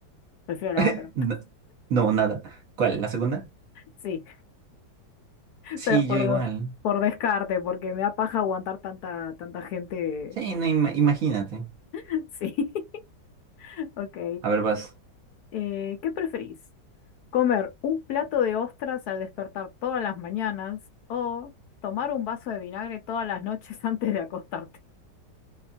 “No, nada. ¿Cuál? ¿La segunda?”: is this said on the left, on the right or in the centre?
Right